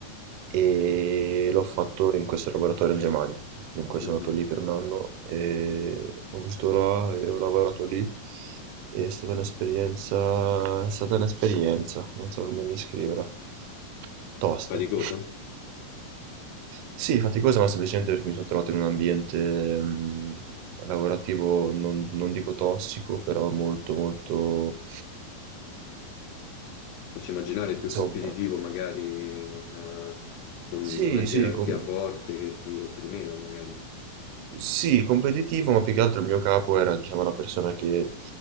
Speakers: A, on the right; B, on the left.
A: e l'ho fatto in questo laboratorio in Germania. Dunque
B: mhm.
A: sono andato lì per un anno e ho visto là e ho lavorato lì. È stata un'esperienza, è stata un'esperienza, non so come descriverla, tosta.
B: Faticosa?
A: <laughs> Sì, faticosa, ma semplicemente perché mi sono trovato in un ambiente mh, lavorativo, non, non dico tossico, però molto, molto,
B: Posso immaginare più
A: insomma,
B: competitivo magari con, eh, con
A: sì,
B: una gerarchia
A: sì, com-
B: forte che ti opprimeva magari.
A: Sì, competitivo, ma più che altro il mio capo era, diciamo, una persona che